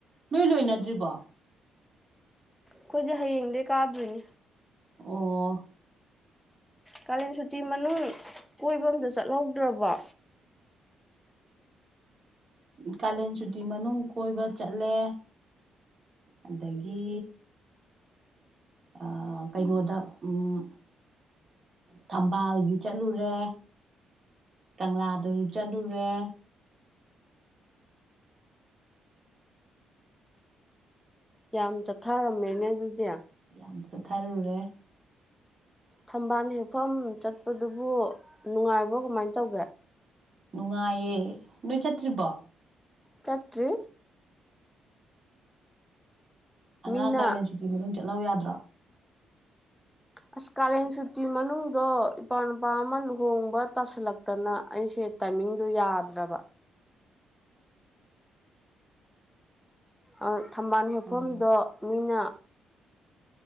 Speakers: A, on the right; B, in the centre.
A: ꯅꯣꯏ ꯂꯣꯏꯅꯗ꯭ꯔꯤꯕꯣ
B: ꯑꯈꯣꯏꯗꯤ ꯍꯌꯦꯡꯗꯩ ꯀꯥꯗꯣꯏꯅꯤ
A: ꯑꯣ
B: ꯀꯥꯂꯦꯟ ꯁꯨꯇꯤ ꯃꯅꯨꯡ ꯀꯣꯏꯕ ꯑꯝꯇ ꯆꯠꯍꯧꯗ꯭ꯔꯕꯣ
A: ꯀꯥꯂꯦꯟ ꯁꯨꯇꯤ ꯃꯅꯨꯡ ꯀꯣꯏꯕ ꯆꯠꯂꯦ ꯑꯗꯒꯤ ꯑꯥ ꯀꯩꯅꯣꯗ ꯎꯝ ꯊꯝꯕꯥꯜꯒꯤ ꯆꯠꯂꯨꯔꯦ ꯀꯪꯂꯥꯗꯁꯨ ꯆꯠꯂꯨꯔꯦ
B: ꯌꯥꯝ ꯆꯠꯊꯔꯝꯃꯦꯅꯦ ꯑꯗꯨꯗꯤ
A: ꯌꯥꯝ ꯆꯠꯊꯔꯨꯔꯦ
B: ꯊꯝꯕꯥꯜ ꯍꯦꯛꯐꯝ ꯆꯠꯄꯗꯨꯕꯨ ꯅꯨꯡꯉꯥꯏꯕ꯭ꯔꯣ ꯀꯃꯥꯏꯅ ꯇꯧꯒꯦ
A: ꯅꯨꯡꯉꯥꯏꯌꯦ ꯅꯣꯏ ꯆꯠꯇ꯭ꯔꯤꯕꯣ
B: ꯆꯠꯇ꯭ꯔꯤ
A: ꯑꯉꯥꯡ
B: ꯃꯤꯅ
A: ꯀꯥꯂꯦꯟ ꯁꯨꯇꯤ ꯃꯅꯨꯡ ꯆꯠꯍꯧ ꯌꯥꯗ꯭ꯔꯣ
B: ꯑꯁ ꯀꯥꯂꯦꯟ ꯁꯨꯇꯤ ꯃꯅꯨꯡꯗꯣ ꯏꯄ꯭ꯋꯥ ꯅꯨꯨꯄꯥ ꯑꯃ ꯂꯨꯍꯣꯡꯕ ꯇꯥꯁꯤꯜꯂꯛꯇꯅ ꯑꯩꯁꯦ ꯇꯥꯏꯃꯤꯡꯗꯨ ꯌꯥꯗ꯭ꯔꯕ ꯑꯥ ꯊꯝꯕꯥꯜ ꯍꯦꯛꯐꯝꯗꯣ
A: ꯑꯣ
B: ꯃꯤꯅ